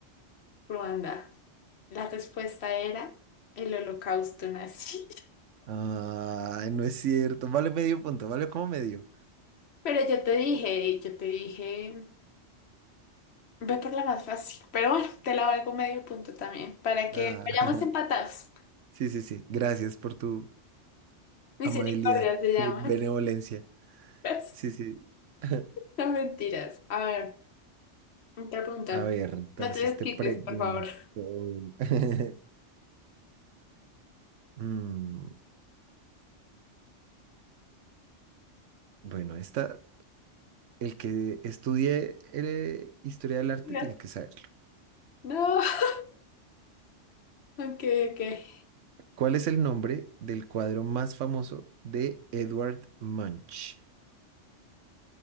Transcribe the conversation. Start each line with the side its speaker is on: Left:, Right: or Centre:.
Left: Ruanda. La respuesta era el holocausto nazi.
Right: Ah, no es cierto. Vale medio punto, vale como medio.
Left: <laughs> Pero yo te dije, yo te dije, ve por la más fácil. Pero bueno, te la valgo medio punto también, para que
Right: Ah,
Left: vayamos empatados.
Right: <laughs> sí, sí, sí. Gracias por tu
Left: Misericordia
Right: amabilidad
Left: se llama.
Right: y benevolencia.
Left: <laughs> Gracias.
Right: Sí, sí. <laughs>
Left: No mentiras. A ver, otra pregunta.
Right: A ver, entonces
Left: No te desquites,
Right: te pregunto.
Left: por favor.
Right: <laughs> Mm, bueno, esta El que estudie eh, historia del arte
Left: <laughs>
Right: tiene que saberlo.
Left: No. <laughs> Okay, okay.
Right: ¿Cuál es el nombre del cuadro más famoso de Edward Munch?